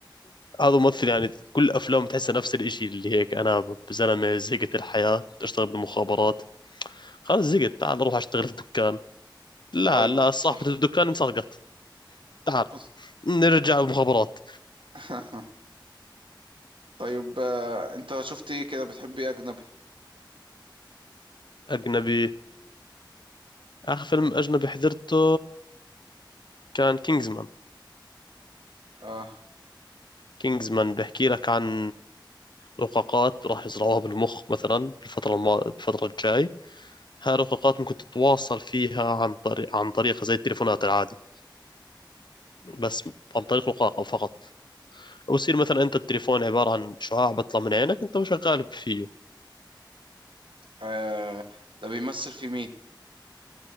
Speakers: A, on the left; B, on the right.
A: هذا ممثل يعني كل افلامه تحسها نفس الاشي اللي هيك انا زلمه زهقت الحياه كنت اشتغل بالمخابرات خلاص زهقت تعال اروح اشتغل في دكان لا
B: ايوه
A: لا
B: صح
A: صاحبة الدكان انسرقت تعال
B: بص.
A: نرجع المخابرات
B: <laughs> طيب آه، انت شفت ايه كده بتحب ايه اجنبي
A: اجنبي اخر فيلم اجنبي حضرته كان كينجزمان
B: اه,
A: كينجزمان بحكي لك عن رقاقات راح يزرعوها بالمخ مثلا بالفتره الما... بالفتره الجاي هاي الرقاقات ممكن تتواصل فيها عن طريق عن طريق زي التليفونات العادي بس عن طريق رقاقة فقط ويصير مثلا انت التليفون عباره عن شعاع بيطلع من عينك انت وشغال فيه
B: آه. ده بيمثل في مين